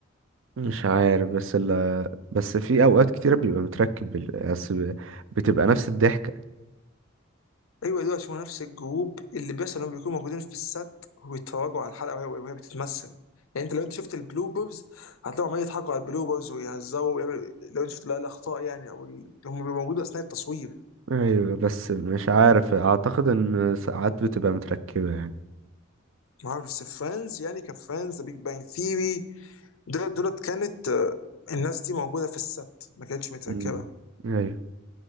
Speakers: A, on the right; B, on the left.
A: مش عارف بس ال بس في أوقات كتيرة بيبقى متركب بال... بس ب- بتبقى نفس الضحكة
B: ايوه دول عشان هو نفس الجروب اللي بيحصل انهم بيكونوا موجودين في السات ويتفرجوا على الحلقه وهي وهي بتتمثل يعني انت لو انت شفت البلوبرز هتلاقيهم عمالين يضحكوا على البلوبرز ويهزروا ويعملوا لو انت شفت لا الاخطاء يعني او ال... هم بيبقوا موجودين اثناء التصوير
A: أيوة بس مش عارف أعتقد إن ساعات بتبقى متركبة يعني
B: ما اعرف بس فريندز يعني كان فريندز ذا بيج بانج ثيري دولت كانت آه، الناس دي موجوده في السات ما كانتش متركبه
A: مم. أيوة